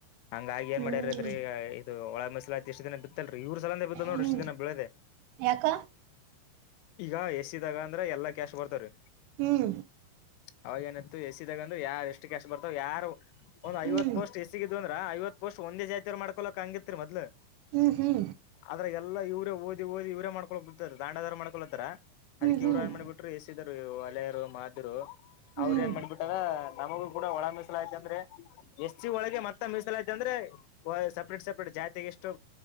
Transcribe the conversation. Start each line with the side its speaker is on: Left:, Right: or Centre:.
Left: ಹಂಗಾಗಿ ಏನ್
Right: ಹ್ಞೂ
Left: ಮಾಡ್ಯಾರ ಅಂದ್ರೀ ಇದು ಒಳ ಮಸಲಾತಿ ಇಷ್ಟ ದಿನ ಬಿತ್ತಲ್ರೀ ಇವ್ರ ಸಲಂದೆ ಬಿದ್ದ ನೋಡಿ
Right: ಹ್ಞೂ
Left: ಇಷ್ಟು ದಿನ ಬಿಳದೆ
Right: ಯಾಕ
Left: ಈಗ ಎಸಿದಾಗ ಅಂದ್ರ ಎಲ್ಲಾ ಕ್ಯಾಶ್ಟ್ ಬರ್ತವ್ರೀ.
Right: ಹ್ಮ್
Left: ಅವಾಗ್ ಏನ್ ಎಸಿದಾಗಂದ್ರ ಯಾರ ಎಷ್ಟು ಕ್ಯಾಶ್ಟ್ ಬರ್ತಾವ ಯಾರು ಒಂದ್
Right: ಹ್ಞೂ
Left: ಐವತ್ತು ಪೋಸ್ಟ್ ಎಸ್ಸಿಗೆ ಇದ್ವು ಅಂದ್ರ ಐವತ್ ಪಸ್ಟ್ ಒಂದೇ ಜಾತಿಯವ್ರ್ ಮಾಡ್ಕೋಳಕ್ ಹಂಗಿತ್ರಿ ಮದ್ಲು.
Right: ಹ್ಞೂ ಹ್ಞೂ
Left: ಆದ್ರ ಎಲ್ಲಾ ಇವ್ ಓದಿ ಓದಿ ಇವ್ರೆ ಮಾಡ್ ಬಿಳ್ತ ತಾಂಡದಾರ ಮಾಡ್ಕೊಳತ್ತಾರ. ಅದಕ್ಕೆ
Right: ಹ್ಞೂ ಹ್ಞೂ
Left: ಇವ್ರ್ ಏನ್ ಮಾಡ ಬಿಟ್ರು ಎಸ್ಸಿದ ಒಲೆಯರು ಮಾದ್ರು,
Right: ಹ್ಞೂ
Left: ಅವ್ರ ಏನ್ ಮಾಡ್ಬಿಟ್ಟಾರ ನಮಗೂ ಕೂಡ ಒಳ ಮೀಸಲಾತಿ ಅಂದ್ರೆ ಎಸ್ಸಿ ಒಳಗೆ ಮತ್ತೆ ಮೀಸಲಾತಿ ಅಂದ್ರೆ ಓ ಯ್ ಸಪ್ರೇಟ್ ಸಪ್ರೇಟ್ ಜಾತಿಗೆ ಇಷ್ಟು